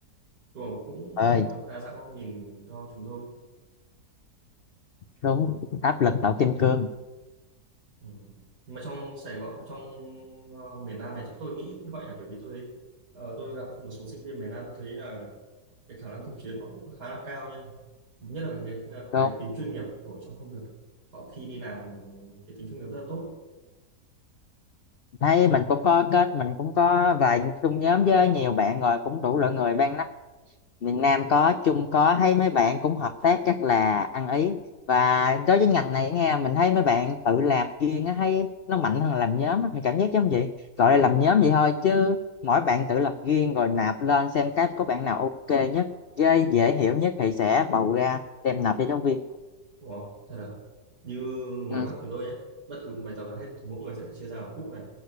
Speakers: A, on the right; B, on the left.
A: Đúng cũng
B: ơi
A: được đa dạng góc nhìn cho chúng tôi
B: đúng áp lực tạo kim cương.
A: ừ. nhưng mà trong Sài Gòn trong ờ, miền Nam này chắc tôi nghĩ cũng vậy là bởi vì tôi thấy ờ, tôi gặp một số sinh viên miền Nam tôi thấy là cái khả năng thực chiến họ cũng khá là cao nha nhất là cái
B: Cô
A: cái tính chuyên nghiệp của trong công việc ấy. họ khi đi làm cái tính chuyên nghiệp rất là tốt
B: thấy mình cũng có kết mình cũng có vài chung nhóm với nhiều bạn rồi cũng đủ loại người ban miền Nam có Trung có thấy mấy bạn cũng hợp tác chắc là ăn ý và đối với ngành này nghe mình thấy mấy bạn tự làm riêng á thấy nó mạnh hơn làm nhóm á. mình cảm giác giống vậy gọi là làm nhóm vậy thôi chứ mỗi bạn tự làm riêng rồi nạp lên xem cái có bạn nào ok nhất với dễ hiểu nhất thì sẽ bầu ra đem nộp cho giáo viên
A: đúng không thật là như ngoài
B: ừ.
A: mắt chúng tôi nhé bất cứ một bài tập nào hết thì mỗi người sẽ phải chia ra một khúc này